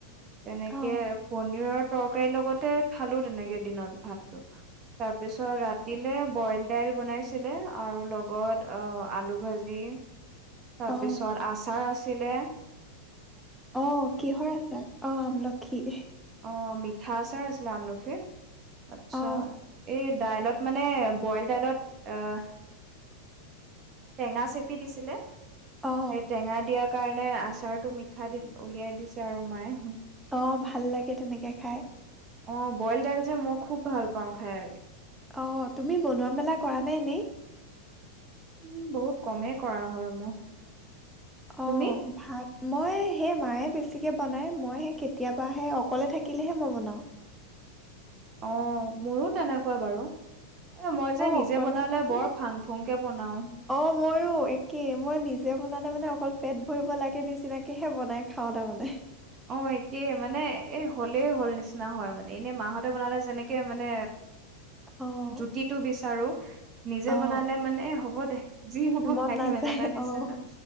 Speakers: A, on the right; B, in the centre.
A: তেনেকে
B: অ
A: পনীৰৰ তৰকাৰীৰ লগতে খালোঁ, তেনেকে দিনত ভাতটো। তাৰপিছত ৰাতিলে বইল দাইল বনাইছিলে, আৰু লগত আহ, আলু ভাজি জি, তাৰপিছত
B: অ
A: আচাৰ আছিলে।
B: অ', কিহৰ আচাৰ, অ' আমলখিৰ।
A: অ', মিঠা আচাৰ আছিলে আমলখিৰ। আচ্ছা,
B: অ
A: এই দাইলত মানে, বইল দাইলত আহ টেঙা চেপি দিছিলে।
B: অ
A: সেই টেঙা দিয়াৰ কাৰণে আচাৰতটো মিঠা দি উলিয়াই দিছে আৰু মায়ে।
B: অ', ভাল লাগে তেনেকে খাই।
A: অ', বইল দাইল যে মই খুব ভাল পাওঁ খাই।
B: অ', তুমি বনোৱা মেলা কৰা নে এনে?
A: উম, বহুত কমেই কৰা হয় মোৰ।
B: অ',
A: তুমি
B: ভাত মই সেই মায়ে বেছিকে বনাই, মই হে কেতিয়াবাহে অকলে থাকিলেহে, মই বনাওঁ।
A: অ', মোৰো তেনেকুৱা বাৰু। এ মই যে নিজে
B: অকলে
A: বনালে,
B: থাকিলে
A: বৰ ফাং ফুংকে বনাওঁ।
B: অ' মইও একেই, মই নিজে বনালে মানে অকল পেট ভৰিব লাগে নিচিনাকেহে বনাই খাওঁ তাৰমানে।
A: অ', একেই মানে এ হলেই হ'ল নিচিনা হয়, মানে এনে মাহঁতে বনালে যেনেকে মানে
B: অ'
A: জুতিটো বিচাৰো নিজে
B: অ'
A: বনালে মানে এ হ'ব দে, যি হ'ব
B: মন
A: খাই
B: নাযায়
A: দিম এনেকুৱা নিচিনা।
B: অ'।